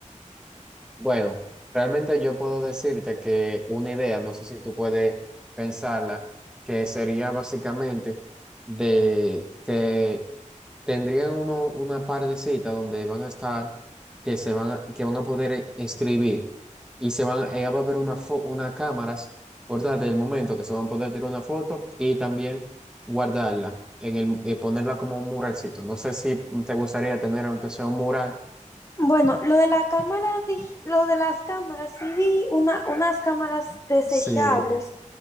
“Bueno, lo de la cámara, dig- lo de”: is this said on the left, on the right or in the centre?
Left